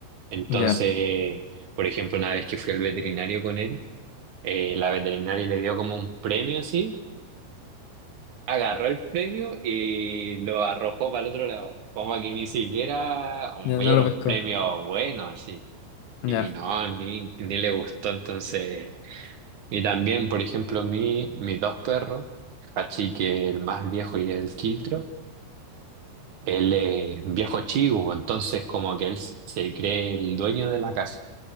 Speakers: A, on the right; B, on the left.
A: Entonces,
B: ya.
A: por ejemplo, una vez que fui al veterinario con él, eh, la veterinaria le dio como un premio así, agarró el premio y lo arrojó para el otro lado, como que ni siquiera un,
B: Ya
A: era
B: no lo pesco.
A: un premio bueno así.
B: Ya.
A: Y no, ni, ni le gustó entonces. Y también, por ejemplo, mi, mis dos perros, Hachi, que el más viejo y el Quiltro, él es viejo chivo, entonces como que él se cree el dueño de la casa.